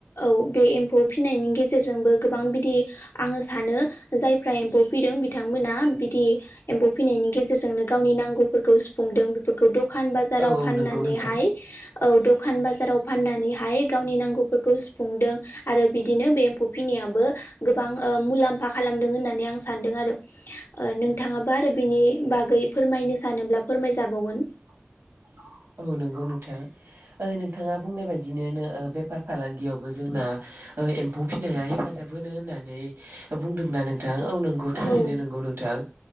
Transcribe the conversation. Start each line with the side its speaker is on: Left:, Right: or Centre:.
Left: औ बे एम्फौ फिनायनि गेजेरजोंबो गोबां बिदि आंङो सानो जायफ्रा एम्फौ फिदों बिथांमोना बिदि एम्फौ फिनायनि गेजेरजोंनो गावनि नांगौफोरखौ सुफुं दों बेफोरखौ दखान बाजाराव
Right: औ औ
Left: फानानैहाय
Right: नंगौ नोंथां
Left: औ दखान बाजाराव फाननानैहाय गावनि नांगौफोरखौ सुफुंदों आरो बिदिनो बे एम्फौ फिनि फिनायाबो गोबां ओ मुलामफा खालामदों होननानै आं सानदों आरो नोंथाङाबा आरो बिनि बागै फोरमायनो सानोब्ला फो फोरमायजाबावगोन
Right: <inaudible> औ नंगौ नोंथां नोंथाङा बुंनाय बायदिनो नो बेफार फालांगियावबो जोंना एम्फौ फिसिनाया हेफाजाब होनो होननानै बुंदोंना नोंथां औ नंगौ गथारैनो
Left: औ
Right: नंगौ नोंथां